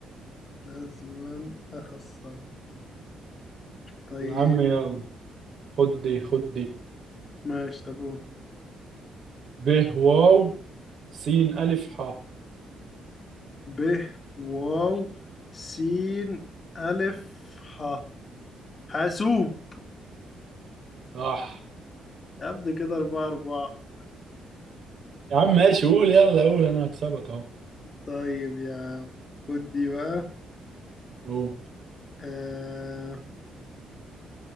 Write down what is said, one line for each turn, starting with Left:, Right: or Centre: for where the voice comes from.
Left: لازم أخسرك طيب
Right: يا عم يلا خد دي خد دي
Left: ماشي طب قول
Right: ب واو س ألف ح
Left: ب واو سين ألف ح حاسوب
Right: صح
Left: يا ابني كده أربعة أربعة
Right: يا عم ماشي قول يلا قول أنا هكسبك أهو
Left: طيب يا عم خد دي بقى
Right: قول
Left: آه...